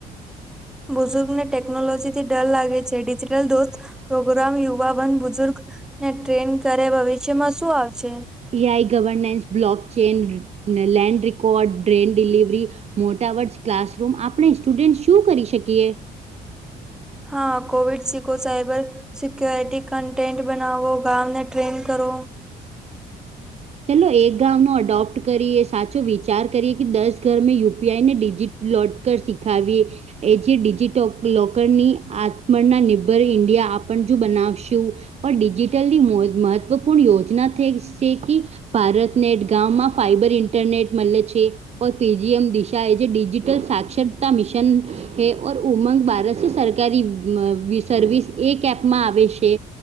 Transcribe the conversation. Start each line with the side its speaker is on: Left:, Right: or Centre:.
Centre: બુઝુર્ગને ટેકનોલોજી થી ડર લાગે છે ડિજિટલ દોસ્ત પ્રોગ્રામ યુવા વર્ગ બુઝુર્ગ ને ટ્રેન કરે ભવિષ્યમાં શું આવશે?
Right: ઈ આઈ governance, block chain, land record drone delivery. મોટા વર્ષ ક્લાસરૂમ આપણે સ્ટુડન્ટ શું કરી શકીએ?
Centre: હા કોવિડ સી કો સાઈબર સિક્ય્યોરિટી કન્ટેન્ટ બનાવો ગામને ટ્રેઈન કરો.
Right: ચલો એક ગામનો અડોપ્ટ કરીએ સાચો વિચાર કરીએ કે દસ ઘર મેં યુ પી આઈ ને ડિજિટ લોટ કર શીખાવીએ. એ જે ડિજિટ લોકરની આત્મના નિર્ભર ઈન્ડિયા આપણ જો બનાવશું પણ ડિજિટલની મ મહત્વપૂર્ણ યોજના થે શેકી ભારતનેટ ગામમાં ફાઈબર ઈન્ટરનેટ મલે છે. ઓર પીજી એમ દિશા એ જે ડિજિટલ સાક્ષરતા મિશન હે ઓર ઉમંગ બારસો સરકારી મ સર્વિસ એક એપમાં આવે શે.